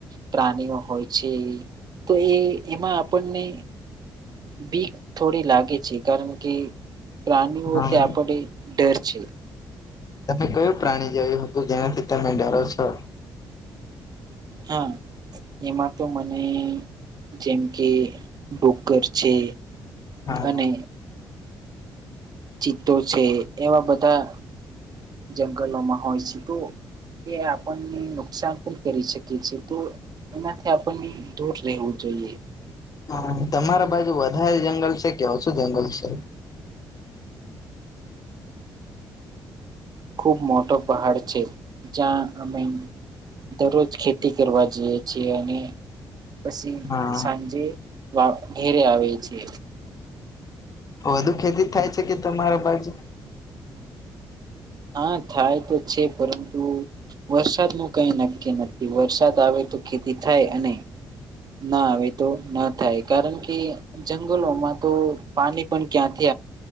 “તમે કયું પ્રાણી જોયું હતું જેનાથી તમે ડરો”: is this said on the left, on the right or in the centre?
Left